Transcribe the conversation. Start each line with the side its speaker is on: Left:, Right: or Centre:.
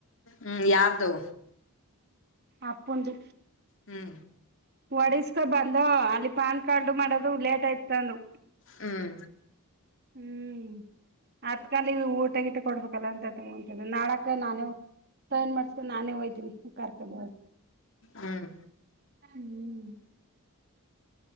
Left: ಹು ಯಾರ್ದು
Right: ಅಪ್ಪದು
Left: ಹುಂ
Right: ಹೊಡಸ್ಕೊ ಬಂದು ಅಲ್ಲಿ ಪಾನ್ ಕಾರ್ಡ್ ಮಾಡೋದು ಲೇಟ್ ಆಯ್ತ ಅದು
Left: ಹುಂ
Right: ಹುಂ ಅತ್ಕಾಲ ಊಟಗಿಟಾ ಕೊಡ್ಬೇಕಲ್ಲ ಅಂತ ತಗೊಂತ ನಾಳಕ ನಾನೇ ಸ ಏನ್ ಮಾಡ್ತೇ ನಾನೇ ಹೋತ್ತಿನಿ ಕಾರಕೋಂಡ್ ಹೋಗ
Left: ಹುಂ
Right: ಹುಂ